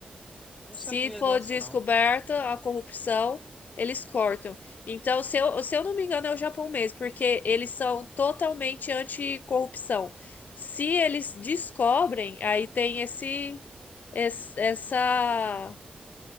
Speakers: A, in the centre; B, on the left (about 70°).
A: Não
B: Se
A: sabia
B: for
A: dessa,
B: descoberta
A: não.
B: a corrupção, eles cortam. Então, se eu, se eu não me engano, é o Japão mesmo, porque eles são totalmente anticorrupção. Se eles descobrem, aí tem esse, esse- essa